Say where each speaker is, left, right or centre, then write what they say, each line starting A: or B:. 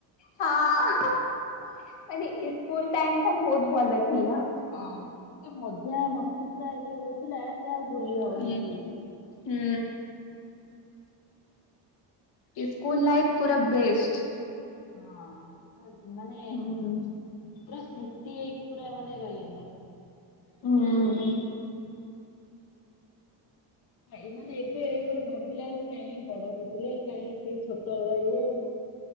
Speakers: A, on the left; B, on the left.
A: ହଁ ହଁ ହଁ ମାନେ ଇସ୍କୁଲ ଟାଇମ ଟା ବହୁତ ଭଲ ଥିଲା।
B: ହଁ ଯୋଉ ମଜା ମସ୍ତି ପୁରା ଇଏ ହୋଉଥିଲା ସେ ଆଉ ଭୁଲି ହବନି
A: ହୁଁ
B: କେହି।
A: ହୁଁ। ହୁଁ। ଇସ୍କୁଲ ଲାଇଫ୍ ପୁରା ବେଷ୍ଟ।
B: ହଁ <unintelligible> ମାନେ
A: ହୁଁ।
B: ପୁରା ସ୍ମୃତି ହେଇକି ପୁରା ମାନେ ରହିଗଲା।
A: ହୁଁ ହୁଁ।
B: ଭାଇ ମାନେ ଏବେ ଗୋଟେ ଭାବିଲା ବେଳକୁ କାଇ ବଡ ହଉଥିଲେ କାଇ ସେଇ ଛୋଟ ବେଳ ଇଏ।